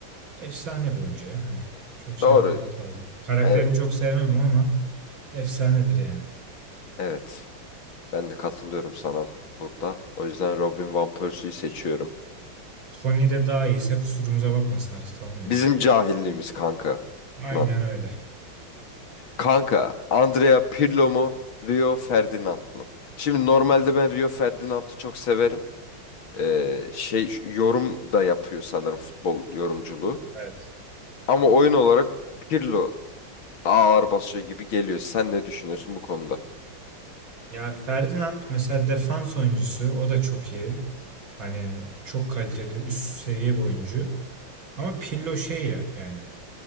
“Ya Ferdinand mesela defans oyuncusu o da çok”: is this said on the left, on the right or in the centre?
Right